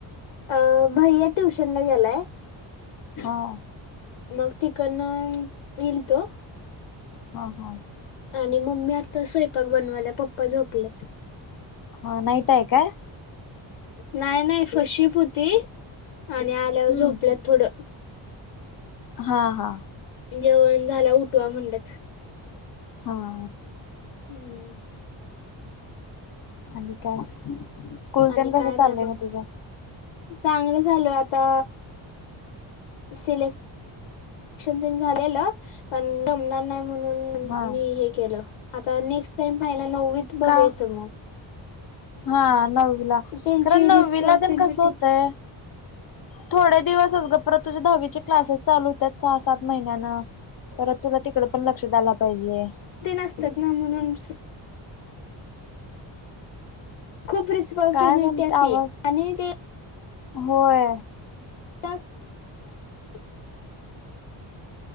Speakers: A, on the left; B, on the left.
A: अ भैया ट्युशनला गेलाय
B: ह
A: मग तिकडनं येईल तो.
B: हा हा
A: आणि मम्मी आता स्वयपाक बनवाल्या पप्पा झोपल्यात
B: हा नाहीत आहे काय
A: नाय नाय फर्स्टशिप होती आणि आल्यावर
B: हम्म
A: झोपल्यात थोडं
B: हा हा
A: जेवण झाल्या उठवा म्हणतात
B: हा.
A: हम्म.
B: आणि काय स्कूल
A: आणि
B: तेन कसं
A: काय
B: चाललंय
A: नाही बा,
B: मग तुझं
A: चांगल चालू आता सिलेक्शन तेन झालेलं पण जमणार नाही म्हणून.
B: हा
A: मी हे केलं आता नेक्स्ट टाईम पाहियला नववीत बघायचं
B: का
A: मग?
B: हा नववीला
A: त्यांची
B: कारण
A: रिस्पॉन्सिबिलिटी
B: नववीला तेण कस होतंय. थोडे दिवसस ग पर तुझ्या दहावीचे क्लासेस चालू होत्यात सहा सात महिन्यांना. परत तुला तिकड पण लक्ष द्याला पाहिजे.
A: ते नसतात ना म्हणून. खूप रिस्पॉन्सिबिलिटी
B: काय म्हणते
A: असते
B: आवाज
A: आणि ते.
B: होय.
A: <unintelligible>
B: <unintelligible>